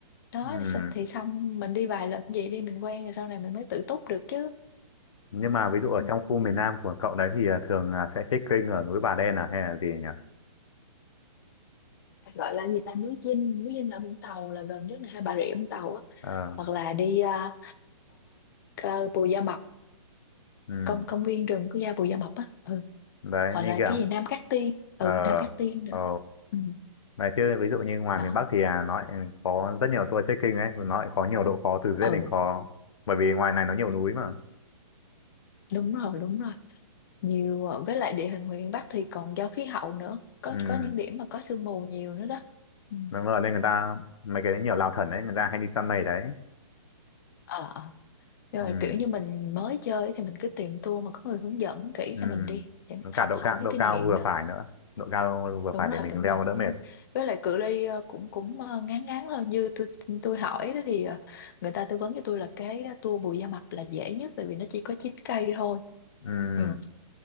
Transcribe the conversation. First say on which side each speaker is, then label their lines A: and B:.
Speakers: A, on the left (about 35°); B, on the left (about 60°).
A: đó
B: Ừm,
A: thì, sao- thì xong mình đi vài lần vậy đi mình quen rồi sau này mình mới tự túc được chứ
B: Nhưng mà ví dụ ở
A: Ừ.
B: trong khu miền Nam của cậu đấy thì ờ, thường là sẽ trekking ở núi Bà Đen à hay là gì nhỉ?
A: gọi là gì ta núi Dinh núi Dinh ở Vũng Tàu là gần nhất này hay Bà Rịa Vũng Tàu á
B: Ờ,
A: hoặc là đi uh, uh, Bù Gia Mập
B: ừm,
A: công công viên rừng quốc gia Bù Gia Mập á ừ
B: Đấy
A: hoặc
B: như
A: là
B: kiểu
A: cái gì Nam Cát Tiên
B: ờ
A: ừ Nam Cát Tiên nữa
B: ờ
A: ừ
B: đấy chứ ví dụ như ngoài
A: đó
B: miền Bắc thì à, nó lại có rất nhiều tour trekking ấy, nó lại có nhiều độ khó từ dễ
A: ừ
B: đến khó. Bởi vì ngoài này nó nhiều núi mà.
A: đúng rồi đúng rồi nhiều ờ, với lại địa hình miền Bắc thì còn do khí hậu nữa có
B: Ừm,
A: có những điểm mà có sương mù nhiều nữa đó Ừ.
B: Đúng rồi nên người ta mấy cái nhiều lao thần đấy người ta hay đi săn mây đấy.
A: ờ ờ. Rồi
B: Ừ.
A: kiểu như mình mới chơi ấy thì mình cứ tìm tour mà có người hướng dẫn kỹ
B: ừ
A: cho mình đi để mình
B: với
A: học
B: cả độ
A: hỏi
B: cao
A: cái
B: độ
A: kinh
B: cao
A: nghiệm
B: vừa
A: nữa.
B: phải nữa độ cao vừa
A: Đúng
B: phải
A: rồi,
B: để mình
A: đúng
B: leo
A: rồi,
B: đỡ mệt
A: đúng rồi. Với lại cự ly ờ, cũng cũng ờ, ngắn ngắn thôi. Như tôi tôi hỏi á thì ờ, người ta tư vấn cho tôi là cái tour Bù Gia Mập là dễ nhất tại vì nó chỉ có 9 cây thôi.
B: ừ
A: Ừ.